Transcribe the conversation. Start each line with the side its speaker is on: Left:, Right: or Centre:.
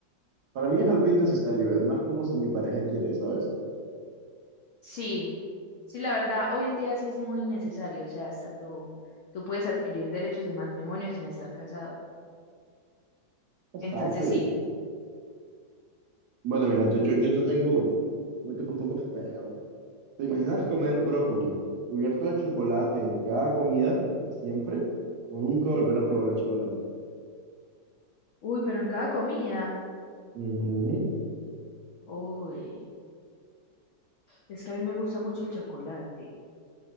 Right: para mí es algo innecesario, es más como si mi pareja quiere, ¿sabes?
Left: Sí, Sí, la verdad, hoy en día sí es muy necesario, o sea, hasta tú, tú puedes adquirir derechos de matrimonio sin estar casado.
Right: Exacto,
Left: Entonces sí.
Right: y bueno, mira, entonces yo, yo te tengo uno, uno que es un poco feo. ¿Te imaginas comer brócoli cubierto de chocolate en cada comida, para siempre, o nunca volver a probar el chocolate?
Left: Uy, pero en cada comida.
Right: Ujú.
Left: Uy, es que a mí me gusta mucho el chocolate.